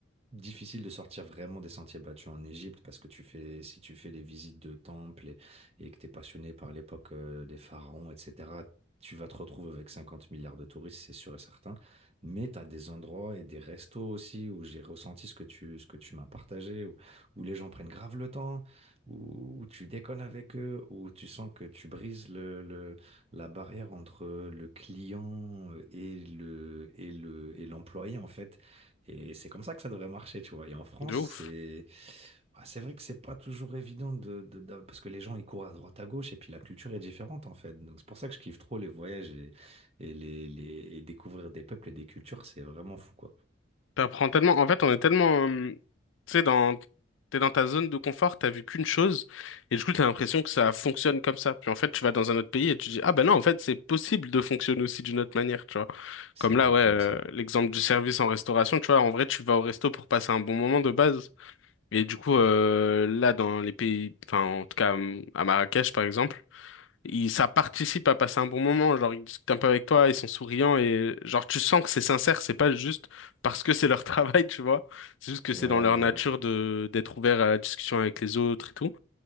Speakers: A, on the right; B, on the left.
A: difficile de sortir vraiment des sentiers battus en Égypte parce que tu fais, si tu fais les visites de temples et, et que tu es passionné par l'époque euh, des pharaons, etc., tu vas te retrouver avec 50 milliards de touristes, c'est sûr et certain. Mais tu as des endroits et des restos aussi où j'ai ressenti ce que tu, ce que tu m'as partagé, où, où les gens prennent grave le temps, où, où tu déconnes avec eux, où tu sens que tu brises le, le- la barrière entre le client et le, et le, et l'employé, en fait et c'est comme ça que ça devrait marcher, tu vois. Et en France,
B: De ouf.
A: c'est bah, c'est vrai que c'est pas toujours évident de, de- de- parce que les gens ils courent à droite à gauche et puis la culture est différente en fait. Donc c'est pour ça que je kiffe trop les voyages et, et les, les- et découvrir des peuples et des cultures, c'est vraiment fou quoi.
B: T'apprends tellement. En fait, on est tellement. euh, tu sais, dans. T'es dans ta zone de confort, t'as vu qu'une chose, et du coup, t'as l'impression que ça fonctionne comme ça. Puis en fait, tu vas dans un autre pays et tu dis, ah ben non, en fait, c'est possible de fonctionner aussi d'une autre manière, tu vois.
A: C'est
B: Comme
A: exactement
B: là, ouais, euh,
A: ça.
B: l'exemple du service en restauration, tu vois, en vrai, tu vas au resto pour passer un bon moment de base. Et du coup, euh, là, dans les pays, enfin, en tout cas, hum, à Marrakech, par exemple, ils, ça participe à passer un bon moment. Genre, ils discutent un peu avec toi, ils sont souriants et, genre, tu sens que c'est sincère, c'est pas juste parce que c'est leur <laughs> travail, tu vois. C'est juste que
A: Ouais,
B: c'est dans leur
A: ouais,
B: nature
A: ouais.
B: de, d'être ouvert à la discussion avec les autres et tout.